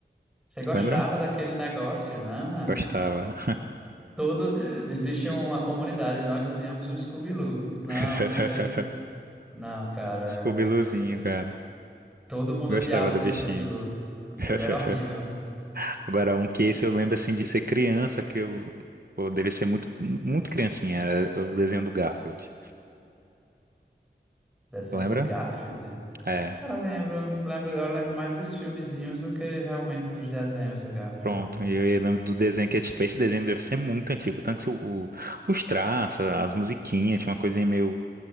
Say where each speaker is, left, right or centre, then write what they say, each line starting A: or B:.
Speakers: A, in the centre; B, on the right.
A: Você gostava
B: Lembra?
A: daquele negócio, né?
B: Gostava.
A: Todo, existe uma comunidade, nós odiamos o Scooby-Doo. Não,
B: <laughs>
A: você, não, cara,
B: Scooby-Loozinho,
A: é, você-
B: cara.
A: todo mundo
B: Gostava
A: odiava
B: do
A: o
B: bichinho.
A: Scooby-Doo. Ele
B: <laughs>
A: era horrível.
B: Agora, um que esse eu lembro assim de ser criança, que eu. Pô, devia ser muito, muito criancinha. Era o desenho do Garfield.
A: Desenho
B: Lembra?
A: do Garfield.
B: É.
A: Cara, lembro, lembro, eu lembro mais dos filmezinhos do que realmente dos desenhos do Garfield.
B: Pronto, e eu, eu lembro do desenho que é tipo, esse desenho deve ser muito antigo, tanto que o, o- os traços, as musiquinhas, tinha uma coisinha meio